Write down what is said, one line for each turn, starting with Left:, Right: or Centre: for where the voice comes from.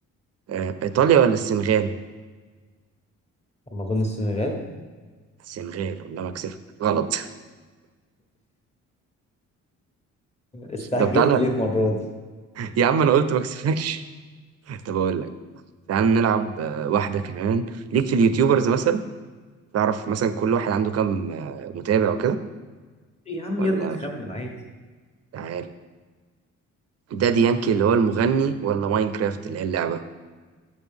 Right: آه، إيطاليا ولا السنغال؟
Left: اما اظن السنغال
Right: السنغال والله ما أكسفك غلط <laughs>
Left: استعجلت
Right: طب تعالى
Left: ليه المرة دي
Right: يا عم أنا قلت ما أكسفكش <laughs> طب أقول لك تعال نلعب آه، واحدة كمان ليك في اليوتيوبرز مثلا تعرف مثلا كل واحد عنده كام آه، متابع وكده
Left: يا عم
Right: ولا
Left: يلا نخمن
Right: مش
Left: عادي
Right: تعال دادي يانكي اللي هو المغني ولا ماينكرافت اللي هي اللعبة